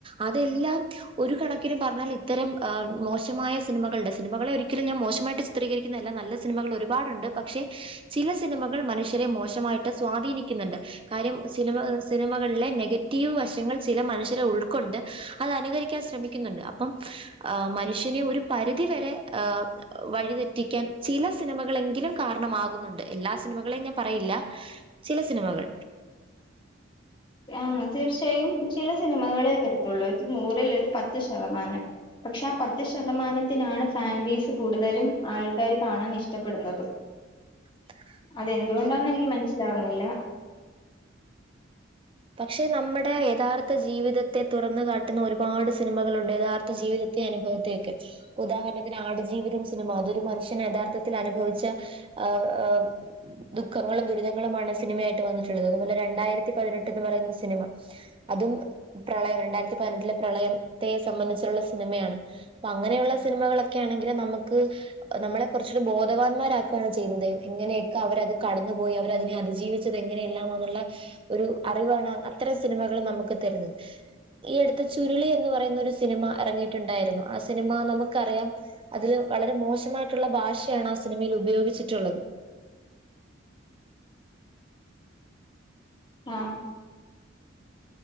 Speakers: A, on the right (about 30°); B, on the left (about 25°).
A: അതെല്ലാം ഒരു കണക്കിന് പറഞ്ഞാൽ ഇത്തരം മോശമായ സിനിമകള്ടെ സിനിമകളെ ഒരിക്കലും ഞാൻ മോശമായിട്ട് ചിത്രീകരിക്കുന്നതല്ല നല്ല സിനിമകൾ ഒരുപാടുണ്ട് പക്ഷേ ചില സിനിമകൾ മനുഷ്യരെ മോശമായിട്ട് സ്വാധീനിക്കുന്നുണ്ട് കാര്യം സിനിമ സിനിമകളിലെ നെഗറ്റീവ് വശങ്ങൾ ചില മനുഷ്യരെ ഉൾക്കൊണ്ട് അത് അനുകരിക്കാൻ ശ്രമിക്കുന്നുണ്ട് അപ്പം ഏഹ് മനുഷ്യനെ ഒരു പരിധിവരെ ഏഹ് ഏഹ് വഴിതെറ്റിക്കാൻ ചില സിനിമകളെങ്കിലും കാരണമാകുന്നുണ്ട് എല്ലാ സിനിമകളെയും ഞാൻ പറയില്ല ചില സിനിമകൾ
B: ആ തീർച്ചയായും ചില സിനിമകളെ വരത്തുള്ളൂ ഒരു നൂറിൽ ഒരു പത്ത് ശതമാനം പക്ഷെ ആഹ് പത്ത് ശതമാനത്തിനാണ് ഫാൻ ബേസ് കൂടുതലും ആൾക്കാര് കാണാൻ ഇഷ്ടപ്പെടുന്നതും
A: <inaudible>
B: അതെന്തുകൊണ്ടാന്ന് എനിക്ക് മനസ്സിലാവുന്നില്ല
A: പക്ഷെ നമ്മടെ എഥാർത്ത ജീവിതത്തെ തുറന്ന് കാട്ട്ന്ന ഒരുപാട് സിനിമകളുണ്ട് യഥാർ ത്ത ജീവിതത്തെ അനുഭവത്തെയൊക്കെ ഉദാഹര്ണത്തിന് ആട്ജീവിതം സിനിമ അതൊരു മനുഷ്യന് യഥാർത്ഥത്തിൽ അനുഭവിച്ച ആഹ് ആഹ് ദുഃഖങ്ങളും ദുരിതങ്ങളുമാണ് സിനിമയായിട്ട് വന്ന്ട്ട്ള്ളത് അതുപോലെ രണ്ടായിരത്തി പതിനെട്ട്ന്ന് പറയുന്ന സിനിമ അതും പ്രളയം രണ്ടായിരത്തി പൈനെട്ടിലെ പ്രളയംത്തെ സംമ്മന്ധിച്ച്ള്ള സിനിമയാണ് ഇപ്പ അങ്ങനെയുള്ള സിനിമകളൊക്കെ ആണെങ്കില് നമ്മക്ക് നമ്മളെ കാെറച്ചൂടെ ബോധവാന്മാരാക്കാണ് ചെയ്യ്ന്നത് ഇങ്ങനെയെക്ക അവരത് കടന്നുപോയി അവരതിനെ അതിജീവി ച്ചത് എങ്ങനെയെല്ലാം അങ്ങെനെള്ള ഒരു അറിവാണ് അത്തരം സിനിമകൾ നമുക്ക് തെരുന്നത് ഹ് ഈ അട്ത്ത് ചുരുളി എന്ന് പറയുന്ന ഒരു സിനിമ എറങ്ങിയിട്ട് ഇണ്ടായിരുന്നു ആ സിനിമ നമുക്കറിയാം അതില് വളരെ മോശമായിട്ട്ള്ള ഭാഷയാണ് ആ സിനിമയിൽ ഉപയോഗിച്ച്ട്ട്ള്ളത്
B: ആഹ്